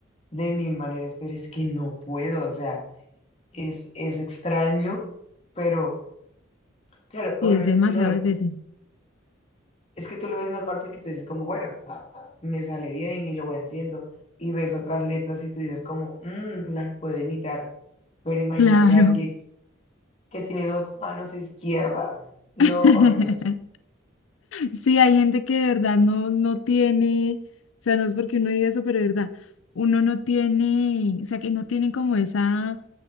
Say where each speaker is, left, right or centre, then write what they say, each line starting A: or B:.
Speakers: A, on the left; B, on the left.
A: de mil maneras, pero es que no puedo, o sea, es, es extraño, pero claro,
B: Y
A: obviamente
B: es demasiado
A: tú lo ves,
B: difícil.
A: es que tú lo ves normal porque tú dices como, bueno, o sea, me sale bien y lo voy haciendo, y ves otras letras y tú dices como, "Mm, las puedo imitar, pero imagínate
B: Claro.
A: a alguien que tiene dos manos izquierdas, no,
B: <laughs>
A: horrible,
B: Sí, hay gente que de verdad no, no tiene, o sea, no es porque uno diga eso, pero de verdad, uno no tiene, o sea, que no tienen como esa,